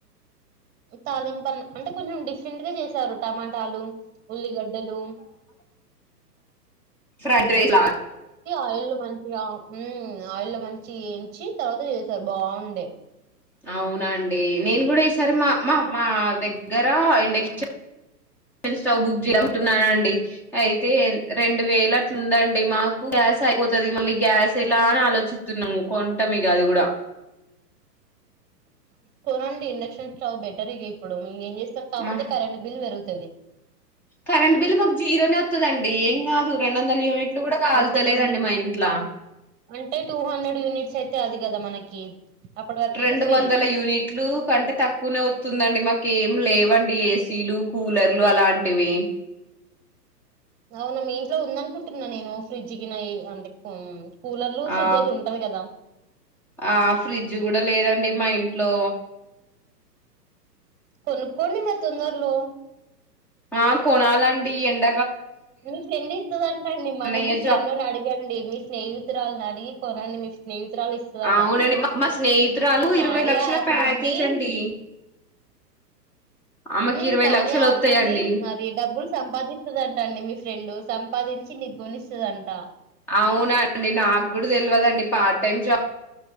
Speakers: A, on the right; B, in the centre.
A: తాలింపన్న అంటే కొంచెం డిఫరెంట్ గా చేస్త స్తారు టమాటాలు ఉల్లి గడ్డలు
B: ప్రైడ్ రైస్ లా
A: ఆయిల్ లో మంచిగా ఉ ఆయిల్ లొ మంచిగ వేయించి తర్వాత చేశారు బావుండే
B: అవునాండి నేను కూడా ఈసారి మా మా మా దగ్గర ఇండక్షన్ స్టవ్ బుక్ జేయ్ అంటున్నానండి అయితే రెండు వేల అట్లుందండి మాకు గ్యాస్ గ్యాస్ అయిపోతది మళ్ళీ గ్యాస్ ఎలా అని ఆలోచిస్తున్నాము కొంటమె. ఇగ అది గుడా
A: <inaudible> కొనండి ఇండక్షన్ స్టవ్ బెటర్ ఇగ ఇప్పుడు ఎం చేస్తామ్ కాపోతే
B: మా
A: కరెంట్ బిల్ పెరు తది
B: కరెంట్ బిల్లు మాకు జీరోనే వత్తదండి ఎం కా రెండోందల యూనిట్లు కూడా కల్తాలేదండి
A: సెవెన్
B: మా ఇంట్లా
A: అంటే టూ హండ్రెడ్ యూనిట్స్ అయితే అది గదా మనకి అప్పటి వరకు అయితే
B: రెండు
A: ఫ్రీ
B: వందల యూనిట్లు కంటే తక్కువనే వత్తుందండి మాకు ఏం లేవు ఏసీలు కూలర్లు అలాంటివి
A: అవునా మీ ఇంట్లో ఉంద అనుకుంటున్నా నేను ఫ్రిడ్జ్ గిన అంటే కూలర్లు ఫ్రిడ్జ్
B: ఆ
A: అది ఉంటది కదా
B: ఆ ఫ్రిడ్జ్ గూడా లేదండి మా ఇంట్లో
A: కొనుక్కోండి మరి తొందర్లో
B: ఆ కొనాలండి ఎండ
A: మీ ఫ్రెండ్ ఇస్తదంటండి
B: అన్నయ్య
A: మనీ మీ ఫ్రెండ్ని
B: జా
A: అడిగండి మీ స్నేహితురాలని అడిగి కొనండి స్నేహితురాలు ఇస్తదట
B: అవునండి మా మా స్నేహితురాలు
A: కార్య
B: ఇరవై లక్షల
A: యాప్
B: ప్యాకేజ్
A: నుండి <inaudible>
B: అండి ఆమెకి
A: మ్
B: ఇరవై
A: కార్య
B: లక్షలు
A: యాప్
B: వత్తయండి
A: నుండి అది డబ్బులు సంపాదిస్తదంట అండి మీ ఫ్రెండు సంపాదించి నీకు గొనిస్తాదంట
B: అవునా అండి నాకు కూడా తెల్వదండీ పార్ట్ టైమ్ జాబ్